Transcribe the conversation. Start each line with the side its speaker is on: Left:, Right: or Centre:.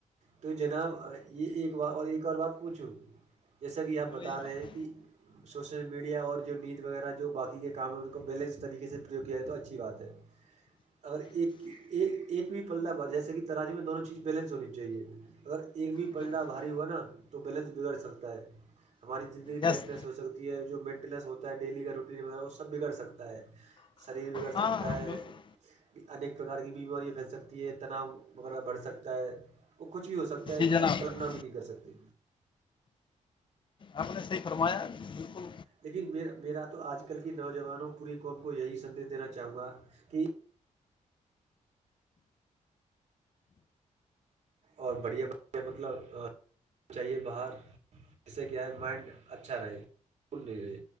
Right: تو جناب یہ ایک اور ایک اور بات پوچھو جیسا کہ آپ
Left: بولیے
Right: بتا
Left: جناب
Right: رہے ہیں کہ سوشل میڈیا اور جو نید وغیرہ جو باقی کے کام میں اس کو بیلنس طریقے سے پرریوگ کیاائے تو اچھی بات ہے اگر ایک ایک بھی پللا بات جیسے کہ تراجی میں دونوں چیز بیلنس ہونی چاہیے اگر ایک بھی پلڈا
Left: بالکل
Right: بھاری ہوا نا تو بیلنس بگڑ سکتا ہے ہماری زندگی
Left: یس
Right: ٹیس لیس ہو سکتی ہے جو مینٹیننس ہوتا ہے ڈیلی کا روٹین وغیرہ وہ س بگڑ سکتا ہے شریر بگڑ
Left: ہاں
Right: سکتا ہے
Left: بالکل
Right: انیک پرکار کی بیماریاں پھیل سکتی ہے تناؤ وغیرہ بڑھ سکتا ہے وہ کچھ بھی ہو سکتا ہے
Left: جی جناب
Right: آپ کلپنا بھی نہیں کر سکتے
Left: آپ نے صحی فرمایا بالکل
Right: لیکن میر میرا تو آج کل کی نوجوانوں پوری قوم کو یہی سندیش دینا چاہوں گا کہ اور بڑھیا بڑھیا مطلب چاہیے باہر اس سے کیا ہے مائنڈ اچھا رہےول نہیں رہے